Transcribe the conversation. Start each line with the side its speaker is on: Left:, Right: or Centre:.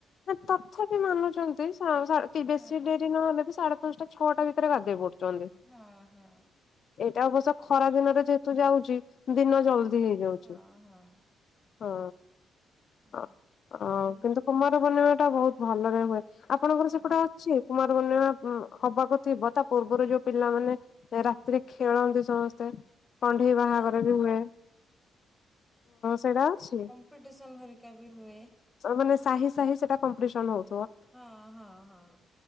Left: ନା ତଥାପି ମାନୁଛନ୍ତି,
Centre: ହଁ
Left: ବେଶୀ ଡେରି ନହେଲେ ବି ସାଢେ ପାଞ୍ଚଟା ଛଅଟା ଭିତରେ ଗାଧେଇ ପଡୁଛନ୍ତି।
Centre: ହୁଁ ହୁଁ।
Left: ଏଇଟା ଅବଶ୍ୟ ଖରା ଦିନରେ ଯେହେତୁ ଯାଉଛି। ଦିନ
Centre: ହଁ।
Left: ଜଲଦି ହେଇଯାଉଛି।
Centre: ହଁ ହଁ
Left: ହ।
Centre: ଉଁ,
Left: ହଁ
Centre: ଗାଧେଇ
Left: ଓ କିନ୍ତୁ
Centre: ପାଧେଇ
Left: କୁମାର ପୂର୍ଣ୍ଣିମା ଟା ବହୁତ ଭଲରେ ହୁଏ। ଆପଣଙ୍କର
Centre: ହଁ।
Left: ସେପଟେ ଅଛି? କୁମାରପୂଣ୍ଣିମା ହବାକୁ ଥିବ ତା ପୂର୍ବରୁ ଯୋଉ ପିଲାମାନେ ରାତିରେ ଖେଳନ୍ତି ସମସ୍ତେ? ଯୋଉ କଣ୍ଢେଇ
Centre: ହଁ
Left: ବାହାଘର
Centre: ହଁ
Left: ବି ହୁଏ ସେଇଟା ଅଛି?
Centre: କଂପିଟସନ ହରିକା ବି ହୁଏ।
Left: ମାନେ ସାହି ସାହି ସେଟା କମ୍ପିଟିସନ ହଉଛି।
Centre: ହଁ ହଁ ହଁ ହଁ।